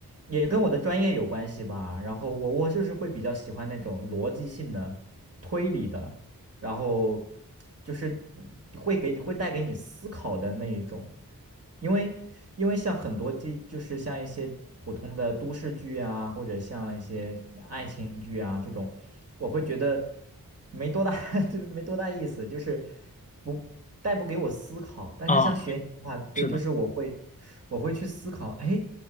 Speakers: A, on the right; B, on the left.
A: 也跟我的专业有关系吧。然后我我就是会比较喜欢那种逻辑性的、推理的。然后就是嗯会给会带给你思考的那一种，因为因为像很多这就是像一些普通的都市剧啊，或者像一些爱情剧啊这种，我会觉得没多大，<laughs> 就是没多大意思，就是不带不给我思考。但是像悬疑的话，
B: 啊，
A: 对，
B: 是的，
A: 就是我会我会去思考，哎，